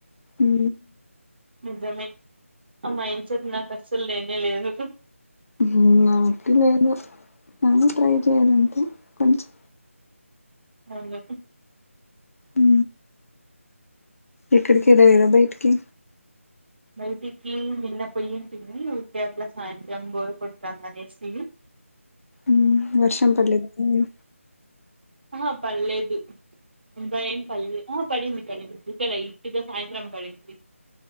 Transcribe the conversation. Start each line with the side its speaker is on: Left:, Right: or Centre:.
Left: ఊ
Right: నిజమే ఆ మైండ్ సెట్ నాకు అసలు లేనే లేదు
Left: ఊ నాకు లేదు కానీ ట్రై చెయాలంతె కొంచెం
Right: అవును
Left: ఊ ఎక్కడికి వెళ్ళలేదా బయిటికి
Right: బయిటికి నిన్న పోయింటిమి ఊరికే అట్లా సాయంత్రం బోర్ కొడతందనేసి
Left: ఊ వర్షం పడలేద అని
Right: ఆహ పల్లేదు ఇంకాా ఏం పల్లేదు ఆ పడింది పడింది ఉకే లైట్టుగా సాయంత్రం పడింది